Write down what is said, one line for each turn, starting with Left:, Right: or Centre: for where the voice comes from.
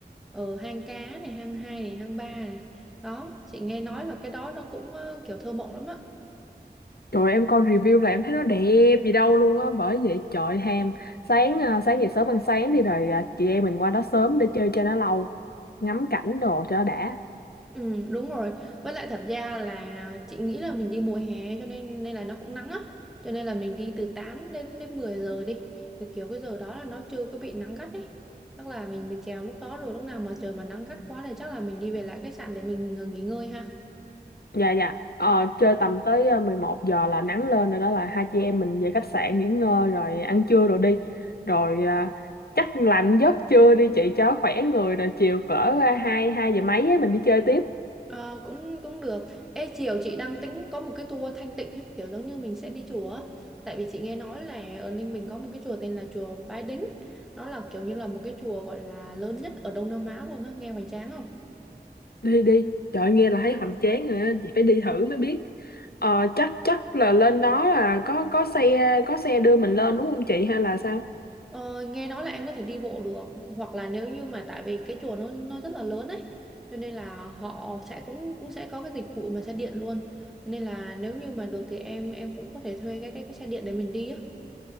Centre: ờ hang cá này hang hai này hang ba này đó chị nghe nói là cái đó nó cũng ờ, kiểu thơ mộng lắm á
Left: Trời ơi, em coi review là em thấy nó đẹp gì đâu luôn á, bởi vậy trời ham. Sáng ờ, sáng dậy sớm ăn sáng đi rồi ờ, chị em mình qua đó sớm để chơi cho nó lâu, ngắm cảnh đồ cho nó đã.
Centre: ừ đúng rồi với lại thật ra là chị nghĩ là mình đi mùa hè cho nên nên là nó cũng nắng á cho nên là mình đi từ 8 đến đến 10 giờ đi kiểu, kiểu cái giờ đó là nó chưa có bị nắng gắt ấy chắc là mình mình chèo lúc đó rồi lúc nào mà trời mà nắng gắt quá thì chắc là mình đi về lại khách sạn để mình ờ, nghỉ ngơi ha
Left: Dạ dạ. Ờ, chơi tầm tới ờ, 11 giờ là nắng lên rồi đó là hai chị em mình về khách sạn nghỉ ngơi rồi ăn trưa rồi đi. Rồi ờ, chắc làm giấc trưa đi chị cho khỏe người rồi chiều cỡ ờ, hai hai giờ mấy á, mình đi chơi tiếp.
Centre: Ờ, cũng cũng được. Ê chiều chị đang tính có một cái tour Thanh Tịnh ấy, kiểu giống như mình sẽ đi chùa. á. Tại vì chị nghe nói là ở Ninh Bình có một cái chùa tên là chùa Bái Đính. Nó là kiểu như là một cái chùa gọi là lớn nhất ở Đông Nam Á luôn á, nghe hoành tráng không?
Left: Đi đi. Trời ơi, nghe là thấy hoành tráng rồi á, chị phải đi thử mới biết. Ờ, chắc chắc là lên đó là có có xe có xe đưa mình lên đúng không chị hay là sao?
Centre: Ờ, nghe nói là em có thể đi bộ được hoặc là nếu như mà tại vì cái chùa nó nó rất là lớn ấy cho nên là họ sẽ cũng cũng sẽ có cái dịch vụ mà xe điện luôn cho nên là nếu như mà được thì em em cũng có thể thuê cái cái cái xe điện để mình đi á